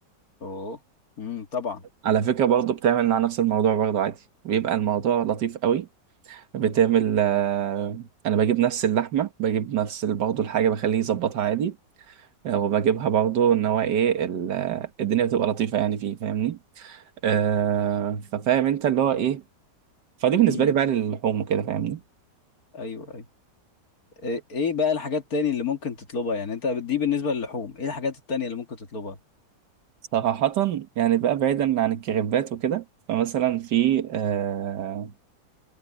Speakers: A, on the left; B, on the right.
A: اوه امم طبعا
B: على فكرة برضه بتعمل مع نفس الموضوع برضه عادي بيبقى الموضوع لطيف قوي بتعمل آه، انا بجيب نفس اللحمة بجيب نفس ال- برضه الحاجة بخليه يظبطها عادي وبجيبها برضو ان هو ايه ال- آه، الدنيا بتبقى لطيفه يعني فيه فاهمني آه ففاهم انت اللي هو ايه فدي بالنسبه
A: امم
B: لي بقى للحوم وكده فاهمني
A: ايوه ايوه ايه إيه بقى الحاجات التانية اللي ممكن تطلبها يعني انت دي بالنسبة للحوم ايه الحاجات التانية اللي ممكن تطلبها
B: صراحه يعني بقى بعيدا عن الكريبات وكده فمثلا في آه